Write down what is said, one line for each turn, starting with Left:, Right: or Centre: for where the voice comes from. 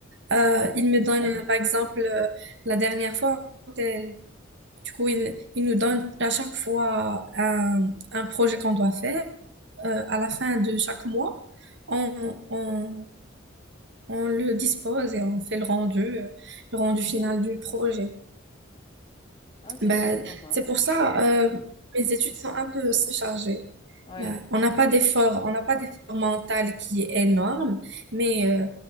Right: euh, ils me donne euh, par exemple, euh, la dernière fois, elle- du coup, ils il nous donne à chaque fois un, un projet qu'on doit faire. Euh, à la fin de chaque mois, on, on, on le dispose et on fait le rendu, euh, le rendu
Left: Ok,
Right: final du projet.
Left: Ok,
Right: Ben,
Left: c'est sympa.
Right: c'est pour ça, euh, mes études sont un peu surchargées.
Left: Ouais.
Right: Ben, on n'a pas d'effort, on n'a pas d'effort mental qui est énorme, mais euh,